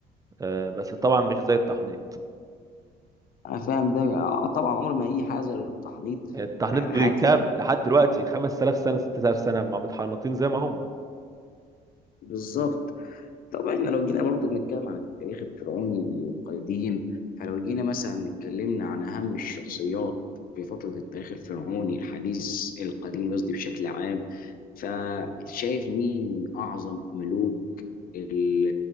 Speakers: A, on the right; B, on the left.
A: آه، بس طبعا مش زي التحنيط
B: انا فاهم ده اه طبعا عمر ما هي حاجه زي التحنيط
A: التحنيط
B: يعني
A: بكام
B: حاجه
A: لحد دلوقتي 5000 سنه 6000 سنه مع متحنطين زي ما هم
B: بالظبط طبعا احنا لو جينا برضو بنتكلم عن التاريخ الفرعوني القديم فلو جينا مثلا اتكلمنا عن اهم الشخصيات في فتره التاريخ الفرعوني الحديث القديم قصدي بشكل عام فشايف مين اعظم ملوك ال-